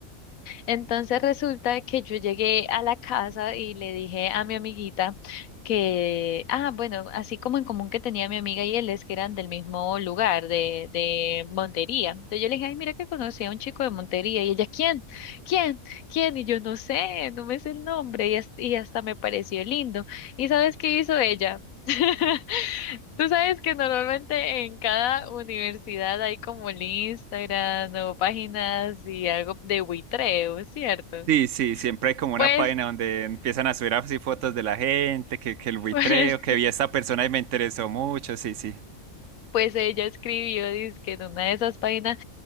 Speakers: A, on the left; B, on the right.
A: Entonces resulta que yo llegué a la casa y le dije a mi amiguita que, ah, bueno, así como en común que tenía mi amiga y él es que eran del mismo lugar, de, de Montería. Entonces yo le dije, ay, mira que conocí a un chico de Montería. Y ella, ¿quién? ¿Quién? ¿Quién? Y yo no sé, no me sé el nombre. Y, as- y hasta me pareció lindo. ¿Y sabes qué hizo ella? <laughs> Tú sabes que normalmente en cada universidad hay como el Instagram o páginas y algo de buitreo, ¿cierto?
B: Sí, sí, siempre hay como
A: Pues,
B: una página donde empiezan a subir así fotos de la gente, que, que el buitreo,
A: <laughs> pues,
B: que vi a esta persona y me interesó mucho, sí, sí.
A: pues ella escribió, dice que en una de esas páginas,